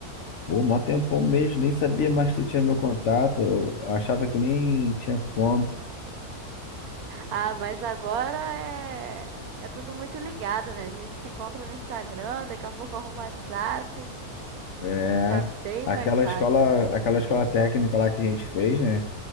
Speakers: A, on the left (about 60°); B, on the right (about 75°).
A: Pô, mó tempão mesmo, nem sabia mais que tu tinha meu contato. Eu achava que nem tinha como.
B: Ah, mas agora é, é tudo muito ligado, né? A gente se encontra no Instagram, daqui a pouco arruma o WhatsApp,
A: É.
B: tá bem
A: Aquela
B: mais fácil.
A: escola, aquela escola técnica lá que a gente fez, né?